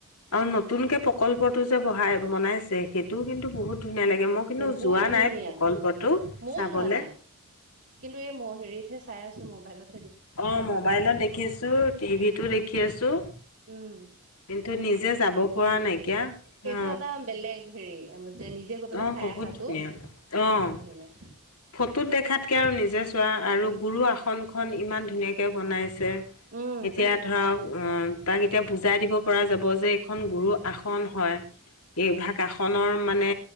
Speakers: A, on the left; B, on the right.
A: অ নতুনকে প্ৰকল্পটো যে বহাই বনাইছে সেইটোও কিন্তু বহুত ধুনীয়া লাগে মই কিন্তু
B: বহুত
A: যোৱা
B: ধুনীয়া
A: নাই প্ৰকল্পটো
B: ময়ো
A: চাবলৈ।
B: যোৱা নাই কিন্তু এই মই হেৰিতহে চাই আছো মোবাইলত।
A: অ মোবাইলত দেখিছো টিভিতো দেখি আছো।
B: উম।
A: কিন্তু নিজে যাব পৰা
B: নি
A: নাইকিয়া
B: সেইটো
A: অ,
B: এটা বেলেগ হেৰি যে নিজে গৈ পেলাই
A: অ,
B: চাইয়ে
A: বহুত
B: অহাতো।
A: ধুনীয়া
B: তটো
A: অ,
B: বহুত ধুনীয়া।
A: ফটোত দেখাতকে আৰু নিজে চোৱা আৰু গুৰু আসনখন ইমান ধুনীয়াকে বনাইছে।
B: উম,
A: এতিয়া ধৰক তাক এতিয়া বুজাই দিব পৰা যাব যে এইখন গুৰু আসন হয়।
B: <inaudible>
A: এইভাগ আসনৰ মানে